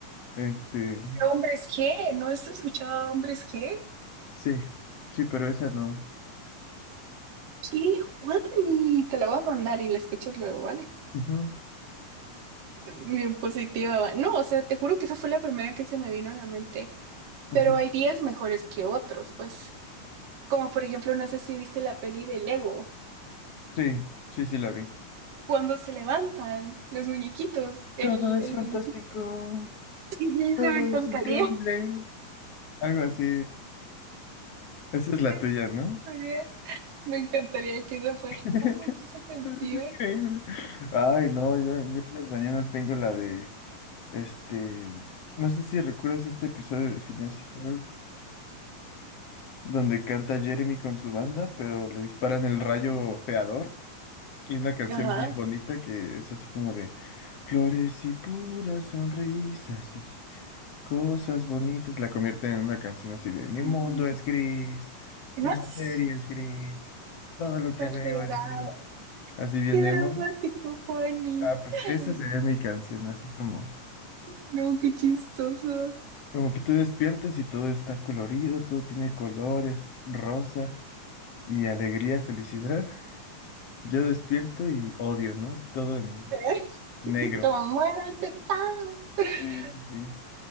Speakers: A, on the left; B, on the right.
A: Este,
B: hombres G, ¿no has escuchado hombres G?
A: sí, sí, pero esa no.
B: ¿Qué, Juan? Te la voy a mandar y la escuchas luego, ¿vale?
A: Ujú,
B: Bien positiva. va. No, o sea, te juro que esa fue la primera que se me vino a la mente.
A: ujú.
B: Pero hay días mejores que otros, pues. Como por ejemplo, no sé si viste la peli de Lego,
A: Sí, sí, sí la vi.
B: cuando se levantan los muñequitos, el,
A: Todo es
B: el
A: fantástico,
B: muñequito <laughs> Y dice,
A: todo
B: me encantaría.
A: es increíble. Algo así. Esa es la
B: Eso
A: tuya,
B: me
A: ¿no?
B: encantaría. Me encantaría que eso fuera
A: <laughs>
B: como es esa canción.
A: Es increíble. Ay, no, yo, yo en las mañanas tengo la de, este, no sé si recuerdas este episodio de Phineas y Ferb, donde canta Jeremy con su banda, pero le disparan el rayo feador y una canción
B: Ajá.
A: bien bonita que es así como de flores y puras sonrisas y cosas bonitas, la convierten en una canción así de mi
B: Mm,
A: mundo es gris,
B: Más
A: mi materia es gris, todo lo
B: exagerado.
A: que veo es gris, así bien
B: Qué
A: emo.
B: dramático, Juani.
A: Ah, pues
B: <laughs>
A: esa sería mi canción, así como,
B: No, qué chistoso.
A: como que tú despiertas y todo está colorido, todo tiene colores, rosa y alegría, felicidad. Yo despierto y odio, ¿no? Es todo en
B: <laughs>
A: negro.
B: Es como muera chacán. <laughs>
A: Sí, sí. sí.